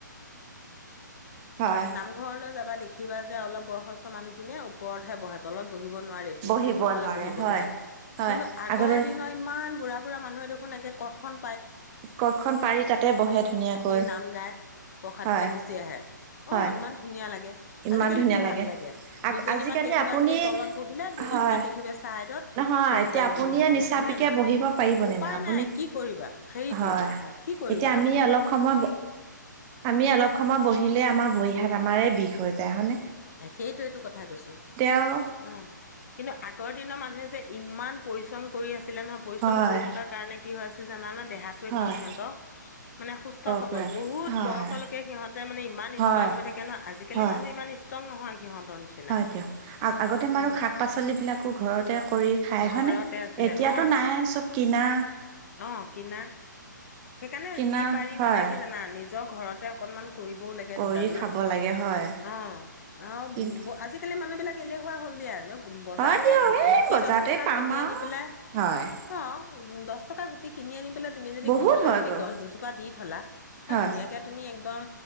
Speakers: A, on the right; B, on the left.
A: হয়
B: নামঘৰলৈ যাবা দেখিবা যে অলপ বয়সস্থ মানুহখিনিয়ে ওপৰত হে বহেত অলপ বহিব নোৱাৰে তুল
A: বহিব
B: চুল নহলে বহিব
A: হয়
B: নোৱাৰে
A: হয়
B: কিন্তু আগৰ
A: আগতে
B: দিনৰ ইমান বুঢা বুঢ়া মানুহ শুনকে কঠখন পায়
A: কঠ খন পাৰি তাতে বহে ধুনীয়াকৈ
B: পঢ়ি নাম গাই প্ৰসাদ
A: হয়
B: খে গুচি আহে
A: হয়
B: আহ ইমান ধুনীয়া লাগে
A: ইমান
B: আজিকালি
A: ধুনীয়া
B: কি ভাল লাগে
A: আগ
B: দুজনী
A: আজিকালি
B: মমান দেখিবা
A: আপুনি
B: যদি তলত বহিলে দুজনীমান
A: হয়
B: দেখিবা ছাইডত
A: নহয়
B: টোল
A: এতিয়া
B: পাৰি
A: আপুনিয়ে
B: বহি থাকিলে
A: নিচাপিকে
B: হয়নে নহ
A: বহিব পাৰিব
B: উপায়
A: নে আপুনি
B: নাই কি কৰিবা হেৰিটো
A: হয়।
B: এইটো কথা কি কৰিবা
A: এতিয়া আমি
B: আৰু
A: অলপ সময় আমি অলপ সময় বহিলে আমাৰ ভৰি হাত আমাৰ বিষ হৈ যায় হয় ন
B: সেইটোয়ো কথা কৈছো
A: আৰু
B: অ কিন্তু আগৰ দিনৰ মানুহে যে ইমান পৰিশ্ৰম কৰি আছে ছিলে নহয় পৰিশ্ৰম
A: হয়
B: কৰি থকাৰ কাৰণে কি হয় হৈ আছিল জানা না দেহাটো একদম
A: হয়
B: সিহঁত মানে সুস্থ সবল
A: পুৰা।
B: বহুত
A: হয়
B: বয়সলৈকে সিহঁতে মানে ইমান
A: হয়
B: ষ্ট্ৰং হৈ থাকে ন আজিকালি
A: হয়
B: মানুহে ইমান ষ্ট্ৰং নহয় সিহঁতৰ নিচিনা।
A: হয় দিয়ক আগতে মাৰু
B: উম।
A: শাক পাচল বিিলাকো ঘৰতে কৰি খাই হয়
B: ঘৰতে
A: ন
B: আছিলে
A: এতিয়াতো
B: অ',
A: নাই চব কিনা
B: অ', কিনা সেইকাৰণে
A: কিনা
B: যি পাৰি
A: হয়
B: মানে কি জানা নিজৰ ঘৰতে অকনমান কৰিবওঁ লাগে
A: কৰি
B: দুডালমান।
A: খাব লাগে হয়।
B: অ' আৰু
A: কিন্তু
B: আজিকালি মা মানুবিলাক এলেহুৱা হ'ল দিয়া। বজাৰৰ
A: হয়
B: পৰা
A: দিয়ক এই
B: গুটি
A: বজাৰতে
B: দহ টকা
A: পাম
B: কিনি
A: আৰু
B: আনি পেলাই।
A: হয়।
B: অ' উম দহ টকা গুটি কিনি আনি পেলাই তুমি যদি
A: বহুত
B: ঘৰত তে
A: হয়গৈ
B: যদি গছ দুজোপা দি থ'লা।
A: হয়
B: ধুনীয়াকে তুমি একদম,